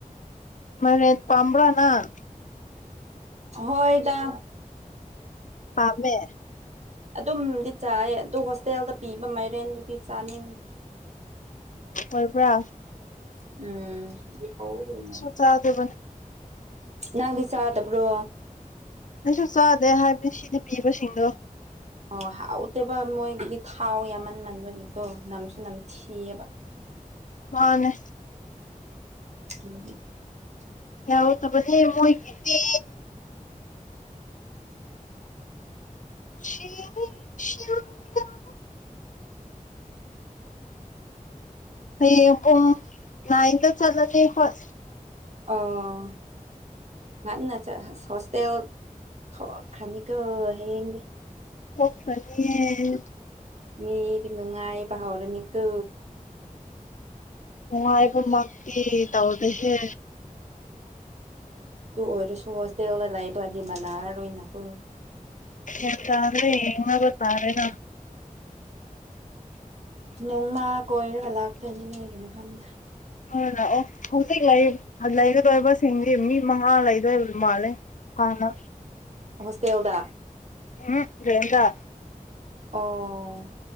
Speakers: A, on the left; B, on the right.
A: ꯃꯥꯏꯔꯦꯟ ꯄꯥꯝꯕ꯭ꯔꯥ ꯅꯪ
B: ꯍꯣꯏ ꯇꯥ
A: ꯄꯥꯝꯃꯦ
B: ꯑꯗꯨꯝꯗꯤ ꯆꯥꯏ ꯑꯗꯨ ꯍꯣꯁꯇꯦꯜꯗ ꯄꯤꯕ ꯃꯥꯏꯔꯦꯟꯗꯨꯗꯤ ꯆꯥꯅꯤꯡꯗꯦ
A: ꯑꯣꯏꯕ꯭ꯔꯥ
B: ꯎꯝ ꯍꯥꯎꯒꯗꯧ
A: <unintelligible>
B: ꯃꯥꯜꯂꯦ ꯅꯪꯗꯤ ꯆꯥꯗꯕ꯭ꯔꯣ
A: ꯑꯩꯁꯨ ꯆꯥꯗꯦ ꯍꯥꯏꯕꯗꯤ ꯁꯤꯗ ꯄꯤꯕꯁꯤꯡꯗꯣ
B: ꯑꯣ ꯍꯥꯎꯇꯦꯕ ꯃꯣꯏꯒꯤꯗꯤ ꯊꯥꯎ ꯌꯥꯝꯃꯟꯃꯟꯕꯒꯤꯀꯣ ꯅꯝꯁꯨ ꯅꯝ ꯊꯤꯌꯦꯕ
A: ꯃꯥꯅꯦ
B: <unintelligible>
A: ꯌꯥꯎ ꯇꯕꯅꯦ ꯃꯣꯏꯒꯤꯗꯤ ꯁꯤꯅꯤ <unintelligible> ꯍꯌꯦꯡ ꯄꯨꯝ ꯅꯥꯏꯟꯗ ꯆꯠꯂꯅꯤ ꯈꯣꯏ
B: ꯑꯥ ꯉꯟꯅ ꯆꯠ ꯍꯁ ꯍꯣꯁꯇꯦꯜ ꯊꯣꯛꯈ꯭ꯔꯅꯤꯀꯣ ꯍꯌꯦꯡꯗꯤ
A: ꯆꯠꯈ꯭ꯔꯥꯅꯤꯌꯦ
B: ꯃꯤꯗꯤ ꯅꯨꯡꯉꯥꯏꯕ ꯍꯥꯎꯔꯅꯤꯀꯣ
A: ꯅꯨꯡꯉꯥꯏꯕ ꯃꯥꯛꯀꯤ ꯇꯧꯗꯦ ꯍꯦ
B: ꯑꯗꯨ ꯑꯣꯏꯔꯁꯨ ꯍꯣꯁꯇꯦꯜꯗ ꯂꯩꯕꯗꯤ ꯃꯅꯥꯔꯔꯣꯏꯅꯀꯣ
A: ꯑꯦ ꯇꯥꯔꯔꯦ ꯌꯦꯉꯕ ꯇꯥꯔꯦꯅ
B: ꯅꯣꯡꯃ ꯀꯣꯏꯔꯒ ꯂꯥꯛꯇꯣꯏꯅꯤ ꯅꯣꯏꯒꯤ ꯃꯐꯝꯗ
A: ꯑꯥ ꯂꯥꯛꯑꯣ ꯍꯧꯖꯤꯛ ꯂꯩ ꯂꯩꯒꯗꯣꯔꯤꯕ <unintelligible> ꯃꯤ ꯃꯉꯥ ꯂꯩꯗꯣꯏ ꯃꯥꯂꯦ ꯍꯥꯟꯅ
B: ꯍꯣꯁꯇꯦꯜꯗ
A: ꯎꯝ ꯔꯦꯟꯗꯥ
B: ꯑꯣ